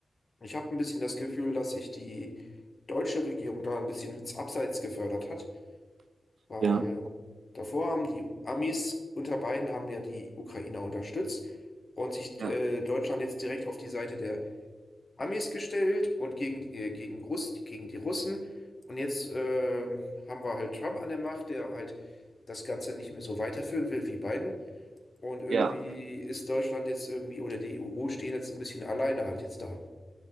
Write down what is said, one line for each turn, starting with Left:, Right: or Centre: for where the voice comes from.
Left: Ich habe ein bisschen das Gefühl, dass sich die deutsche Regierung da ein bisschen ins Abseits gefördert hat, weil
Right: Ja,
Left: davor haben die Amis unter Biden haben ja die Ukrainer unterstützt und sich
Right: Ja.
Left: äh, Deutschland jetzt direkt auf die Seite der Amis gestellt und gegen, die- äh, gegen Russ, gegen die Russen. Und jetzt äh, haben wir halt Trump an der Macht, der halt das Ganze nicht mehr so weiterführen will wie Biden. Und irgendwie
Right: ja.
Left: ist Deutschland jetzt irgendwie oder die EU stehen jetzt ein bisschen alleine halt jetzt da.